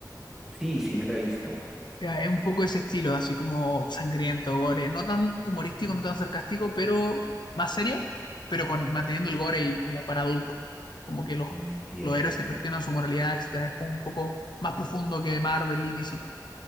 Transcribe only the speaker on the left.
Ya, Es un poco ese estilo, así como sangriento, gore, no tan humorístico, no tan sarcástico, pero más seria, pero con, manteniendo el gore y como para adultos. Como que los,
los héroes se cuestionan su moralidad, etcétera. Es como un poco más profundo que Marvel y DC.